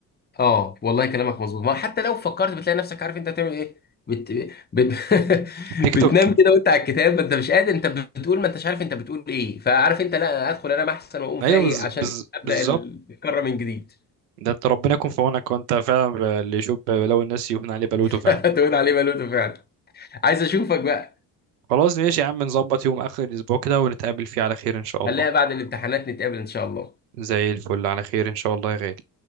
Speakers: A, on the left; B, on the right.
A: اه والله كلامك مظبوط ما حتى لو فكرت بتلاقي نفسك عارف انت بتعمل ايه بت... بت...
B: تيك
A: <laughs>
B: توك
A: بتنام كده وانت على الكتاب ما انت مش قادر انت بتقول ما انتش عارف انت بتقول ايه فعارف انت لا ادخل انام احسن واقوم
B: ايوه
A: فايق
B: بز...
A: عشان
B: بز...
A: ابدا
B: بالظبط
A: الكره من جديد
B: ده انت ربنا يكون في عونك وانت فعلا ب- اللي يشوف بلاوي الناس يهون عليه بلوته
A: <laughs>
B: فعلا
A: تقول عليه بلوتو فعلا عايز اشوفك بقى
B: خلاص ماشي يا عم نظبط يوم اخر الاسبوع كده ونتقابل فيه على خير ان شاء الله
A: خليها بعد الامتحانات نتقابل ان شاء الله
B: زي الفل على خير ان شاء الله يا غالي